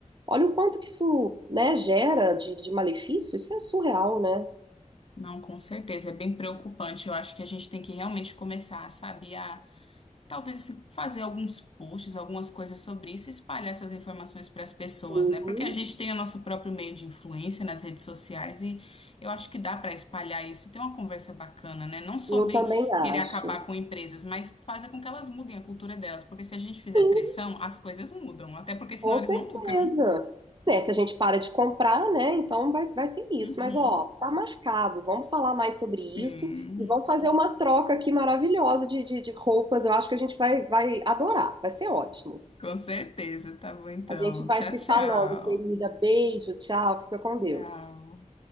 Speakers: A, on the right (about 35°); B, on the left (about 45°).
A: Olha o quanto que isso, né, gera de, de malefício, isso é surreal, né?
B: Não, com certeza, é bem preocupante. Eu acho que a gente tem que realmente começar, sabe, talvez assim, fazer alguns posts, algumas coisas sobre isso, e espalhar essas informações para as pessoas,
A: Sim,
B: né? Porque a gente tem o nosso próprio meio de influência nas redes sociais e eu acho que dá para espalhar isso, e ter uma conversa bacana, né? Não sobre
A: Eu também
B: querer
A: acho.
B: acabar com empresas, mas fazer com que elas mudem a cultura delas, porque se a gente
A: Sim,
B: fizer pressão, as coisas mudam, até porque senão
A: com
B: eles
A: certeza.
B: não lucram.
A: É, se a gente para de comprar, né? Então vai, vai ter isso.
B: Uhum,
A: Mas, ó, tá marcado. Vamos falar mais sobre
B: sim,
A: isso e vamos fazer uma troca aqui maravilhosa de, de, de roupas. Eu acho que a gente vai, vai adorar. Vai ser ótimo.
B: com certeza. Tá bom então.
A: A gente vai
B: Tchau,
A: se
B: tchau.
A: falando, querida. Beijo, tchau. Fica com Deus.
B: Tchau.